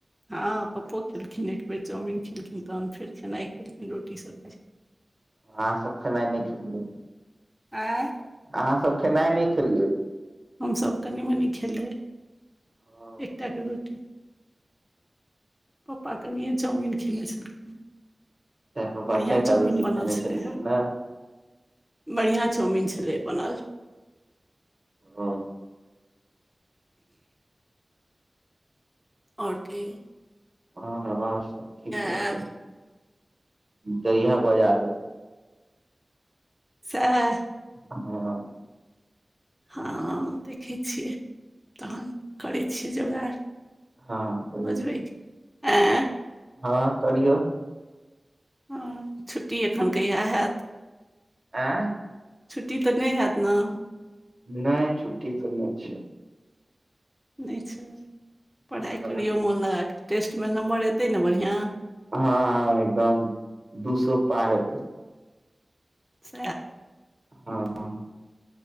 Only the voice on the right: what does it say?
अहाँ सब खेनाइ नै खेलियै
अहाँ सब खेनाइ नै खेलियै
ओ
तैं पप्पा
चारि टा
रोटी खेने
छलखिन
हें
ह
हँ हँ सब ठीके
छै जहिया बजा लै
ह
हँ कहियौ
हँ करियौन
आँ
नहि छुट्टी तऽ नहि छै।
हँ
ह ह एकदम दूसो पार हेतै
ह ह